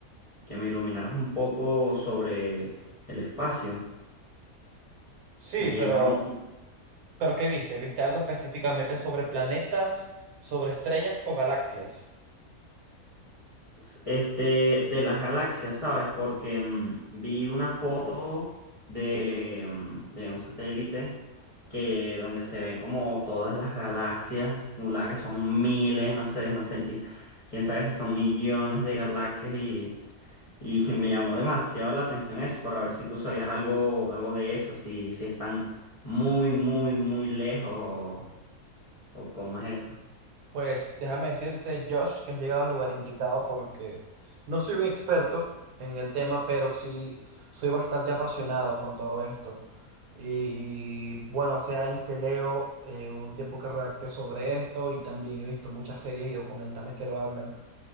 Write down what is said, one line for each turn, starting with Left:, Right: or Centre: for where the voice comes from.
Left: que me iluminaras un poco sobre el espacio.
Right: Sí,
Left: Me llegaron
Right: pero, pero ¿qué viste? ¿Viste algo específicamente sobre planetas, sobre estrellas o galaxias?
Left: s- este, de las galaxias, ¿sabes? Porque mm, vi una foto de, mm, de un satélite que donde se ven como todas las galaxias acumuladas, que son miles, no sé, no sé, ni- quién sabe si son millones de galaxias y, y <laughs> me llamó demasiado la atención eso, para ver si tú sabías algo, algo de eso, si, si están muy, muy, muy lejos o, o cómo es eso.
Right: Pues déjame decirte, Josh, que has llegado al lugar indicado porque no soy un experto en el tema, pero sí soy bastante apasionado con todo esto. Y bueno, hace años que leo, eh, un tiempo que redacté sobre esto y también he visto muchas series y documentales que lo hablan.